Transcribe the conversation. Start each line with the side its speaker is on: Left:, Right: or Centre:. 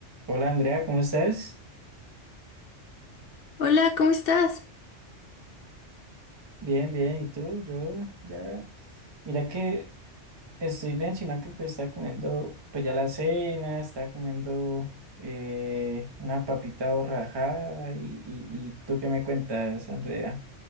Right: Hola Andrea, ¿cómo estás?
Left: Hola, ¿cómo estás?
Right: Bien, bien, ¿y tú? Yo ya, mira que estoy bien, sino que pues estaba comiendo pues ya la cena, estaba comiendo eh, una papita borrajada y, y, y ¿tú qué me cuentas, Andrea?